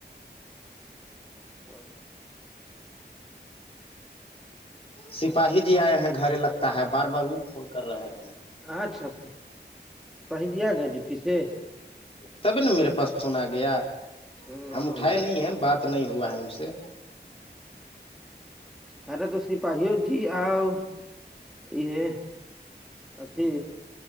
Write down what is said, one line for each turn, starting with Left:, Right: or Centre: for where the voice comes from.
Centre: ہ
Left: سپاہی جی آئے ہیں گھرے لگتا ہے بار بار وہ فون کر رہے ہیں
Centre: اچھا سپاہی جی آ گئے ڈپٹی سے
Left: تبھی نا میرے پاس فون آ گیا
Centre: ہوں
Left: ہم اٹھائے
Centre: ہوں
Left: نہیں
Centre: ہ
Left: ہیں بات نہیں ہوا ہے ان سے
Centre: ارے تو سپاہی ہو جی آؤ یہ اھی